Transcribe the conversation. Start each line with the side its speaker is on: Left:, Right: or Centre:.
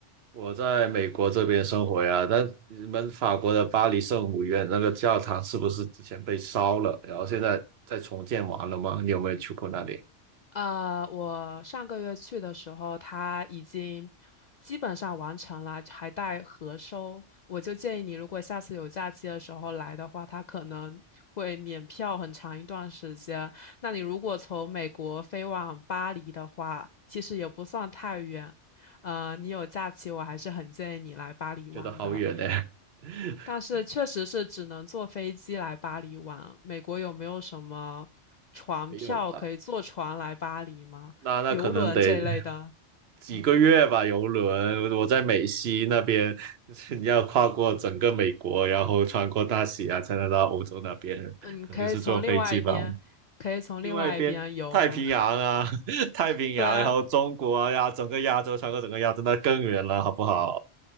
Right: 我在美国这边生活呀，那你们法国的巴黎圣母院那个教堂是不是之前被烧了，然后现在在重建完了吗？你有没有去过那里？
Left: 呃，我上个月去的时候，它已经基本上完成了，还带核收。我就建议你，如果下次有假期的时候来的话，它可能会免票很长一段时间。那你如果从美国飞往巴黎的话，其实也不算太远。呃，你有假期，我还是很建议你来巴黎玩的。
Right: 觉得好远呢。<laughs>
Left: 但是确实是只能坐飞机来巴黎玩。美国有没有什么船票可以坐船来巴黎吗？
Right: 没有吧？那那可能得
Left: 游轮这一类的？
Right: 几个月吧，
Left: 嗯
Right: 游轮。我在美西那边，<laughs> 你要跨过整个美国，然后穿过大西洋才能到欧洲那边，
Left: 嗯，
Right: 肯定是坐飞机吧。
Left: 可以从另外一边，可以从另外一边游吗？
Right: 另外一边太平洋啊，<laughs> 太平洋，
Left: <laughs> 对啊，
Right: 然后中国啊呀，整个亚洲穿过整个亚洲，那更远了，好不好？